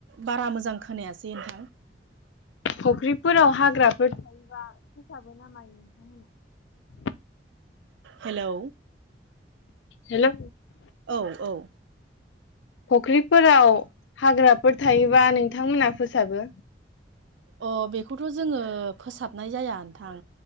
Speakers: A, on the right; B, on the left.
A: बारा मोजां खोनायासै नोंथां
B: फुख्रिफोराव हाग्राफोर थायोबा फोसाबो नामायो नोंथांमोना
A: हेलौ
B: हेल'
A: औ औ
B: फुख्रिफोराव हाग्राफोर थायोबा नोंथांमोना फोसाबो
A: अ बेखौथ' जोङो फोसाबनाय जाया नोंथां